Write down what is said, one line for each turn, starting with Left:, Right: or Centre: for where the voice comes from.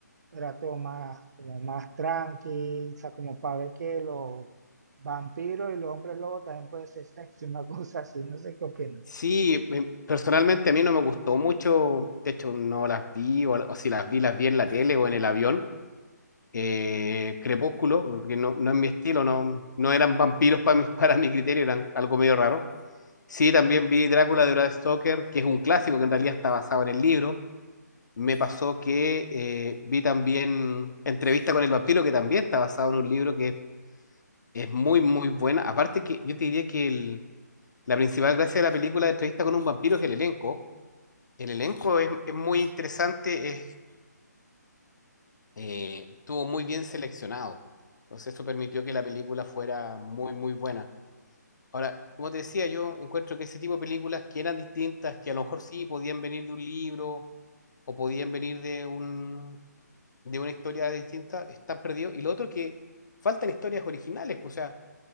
Right: era todo más, como más tranqui, o sea, como para ver que los vampiros y los hombres lobos también puede ser sexy, una <laughs> cosa así, no sé qué opinas.
Left: Sí, em, personalmente a mí no me gustó mucho, de hecho no las vi, o, o si las vi, las vi en la tele o en el avión. Eh, Crepúsculo, porque no, no es mi estilo, no, no eran vampiros para mi, <laughs> para mi criterio, eran algo medio raro. Sí, también vi Drácula de Brad Stoker, que es un clásico que en realidad está basado en el libro. Me pasó que eh, vi también Entrevista con el vampiro, que también está basado en un libro que es muy, muy buena. Aparte que yo te diría que el- la principal gracia de la película de Entrevista con un vampiro es el elenco el elenco es, es muy interesante, es, eh, estuvo muy bien seleccionado. Entonces eso permitió que la película fuera muy, muy buena. Ahora, como te decía, yo encuentro que ese tipo de películas que eran distintas, que a lo mejor sí podían venir de un libro o podían venir de un, de una historia distinta, están perdidos. Y lo otro que faltan historias originales, pues, o sea,